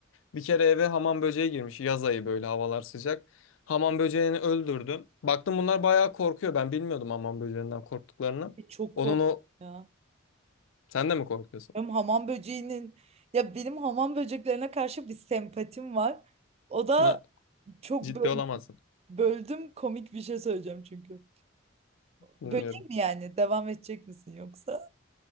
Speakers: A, on the left (about 75°); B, on the right (about 30°).
A: Bir kere eve hamam böceği girmiş. Yaz ayı böyle havalar sıcak. Hamam böceğini öldürdüm. Baktım bunlar bayağı korkuyor. Ben bilmiyordum hamam böceğinden korktuklarını.
B: e, çok
A: Onun
B: korktum
A: o...
B: ya.
A: Sen de mi korkuyorsun?
B: Benim hamam böceğinin ya benim hamam böceklerine karşı bir sempatim var. O da
A: Buna
B: çok
A: ciddi
B: böl-
A: olamazsın.
B: böldüm komik bir şey söyleyeceğim çünkü.
A: Bilmiyorum.
B: Böcek mi yani? Devam edecek misin yoksa?